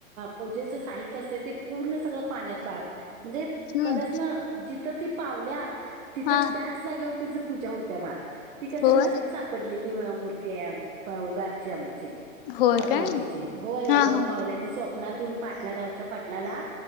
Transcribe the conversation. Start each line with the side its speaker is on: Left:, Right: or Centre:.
Right: पूजेच साहित्य असतंय, ते पूर्ण सगळं पाण्यात म्हणजे
Left: हम्म
Right: कडसणं, जिथं ती पावल्या, तिथंच
Left: हा
Right: त्याच जागेवरती पूजा होत्या बाळ, ती कसं
Left: होय
Right: नदीत सापडलेली मूर्ती आहे पाऊ-गारची आमची.
Left: होय
Right: पद्मावतीची,
Left: काय
Right: होय, उगम
Left: हा हा
Right: पावल्या ती स्वप्नात येऊन पाटला गावच्या पाटलाला